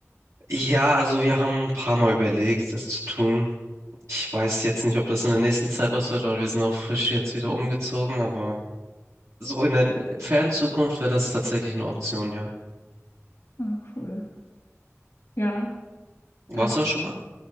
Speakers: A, on the right; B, on the left.
A: Ja, also wir haben ein paar Mal überlegt, es zu tun. Ich weiß jetzt nicht, ob das in der nächsten Zeit was wird, weil wir sind auch frisch jetzt wieder umgezogen, aber. So in der fernen Zukunft wäre das tatsächlich eine Option, ja.
B: Ah, cool. Ja.
A: Warst
B: Also,
A: du da schon mal?